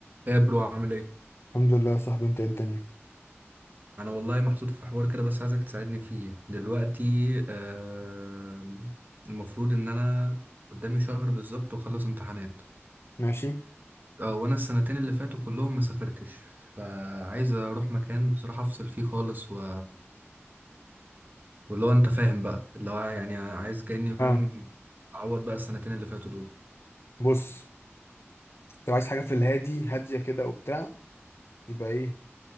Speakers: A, on the right; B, on the left.
A: ايه يا برو عامل ايه
B: الحمد لله يا صاحبي انت ايه الدنيا
A: انا والله محطوط في حوار كده بس عايزك تساعدني فيه دلوقتي آه المفروض ان انا قدامي شهر بالظبط واخلص امتحانات
B: ماشي
A: اه وانا السنتين اللي فاتوا كلهم ما سافرتش فعايز اروح مكان بصراحة افصل فيه خالص و... واللي هو انت فاهم بقى اللي هو يعني عايز كأني فاهم
B: اه
A: اعوض بقى السنتين اللي فاتوا دول
B: بص لو عايز حاجه في الهادي هاديه كده وبتاع يبقى ايه